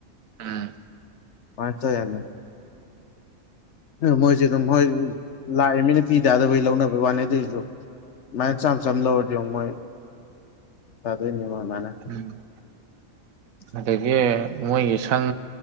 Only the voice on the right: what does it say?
ꯎꯝ
ꯎꯝ
ꯑꯗꯒꯤ ꯃꯣꯏꯒꯤ ꯁꯪ